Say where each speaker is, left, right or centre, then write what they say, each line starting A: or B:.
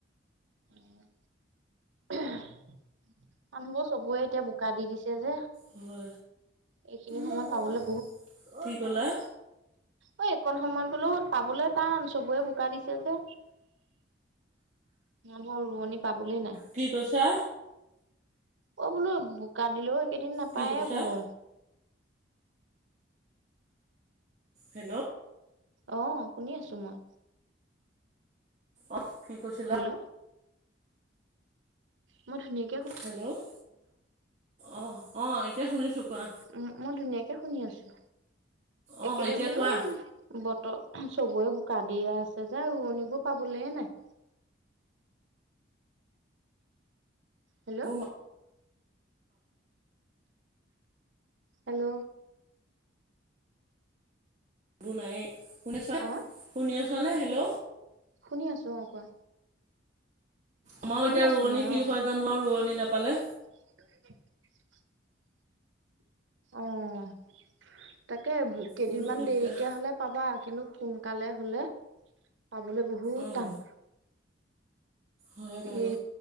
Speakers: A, on the right (about 80°); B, on the right (about 40°).
A: উম, মানুহবোৰ চবে এতিয়া বোকা দি দিছে যে।
B: হয়।
A: এইখিনি সময়ত
B: মই
A: পাবলৈ
B: কি কলা?
A: এই একণ সময়ত বোলো পাবলৈ টান চবৰে বোকা দিছে যে। মানুহৰ ৰোৱনি পাবলৈ নাই।
B: কি কৈছা
A: অ', বোলো বোকা দিলেও এইকেইদিন নাপায়ে
B: কি কৈছা
A: বোলো।
B: হেল্ল'।
A: অ', শুনি আছো মই।
B: অ', কি কৈছে?
A: হেল্ল'। মই ধুনীয়
B: হেল্ল' অ' অ' এতিয়া শুনিছো কোৱা?
A: উম মই ধুনীয়াকে শুনি আছো।
B: অঁ
A: এইকেইদিন
B: এতিয়া
A: বোলো
B: কোৱা
A: বতৰত চবৰে বোকা দিয়ে আছে যে ৰোৱনিবোৰ পাবলৈ নাই। হেল্ল'
B: মোৰ
A: হেল্ল'।
B: নাই শুনিছানে
A: অ
B: শুনি আছানে হেল্ল'?
A: শুনি আছো অ' কোৱা।
B: আমাৰ
A: শুনি
B: এতিয়া
A: আছো
B: ৰোৱনী
A: মই
B: কি
A: অ
B: হয় জানো আৰু ৰোৱনী নাপালে।
A: <inaudible> অ', তাকে কেইদিনমান
B: বহুত দিগদাৰ
A: দেৰিকে হ'লে পাবা কিন্তু সোনকালে হ'লে পাবলৈ বহুত
B: অঁ
A: টান।
B: হয় বাৰু
A: এই